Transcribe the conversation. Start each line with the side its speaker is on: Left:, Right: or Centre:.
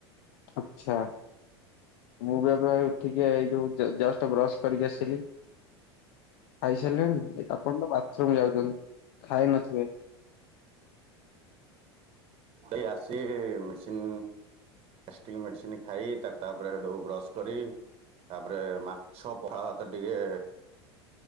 Left: ଆଚ୍ଛା। ମୁଁ ବି ଏବେ ଉଠିକି ଏଇ ଯୋଉ ଜ-ଜଷ୍ଟ ବ୍ରଶ୍ କରିକି ଆସିଲି। ଖାଇସାରିଲେଣି?
Right: ହୁଁ ହୁଁ
Left: ଏ ଆପଣ ତ ବାଥରୁମ୍ ଯାଉଚନ୍ତି, ଖାଇ ନଥିବେ।
Right: ଏଇ ଆସି ମେସିନ୍ ଗାଷ୍ଟିକ୍ ମେଡିସିନ୍ ଖାଇ। ତା ତାପରେ ହେଟୁ ବ୍ରସ୍ କରି। ତାପରେ ମାଛ ପଖାଳ ଭାତ ଟିକେ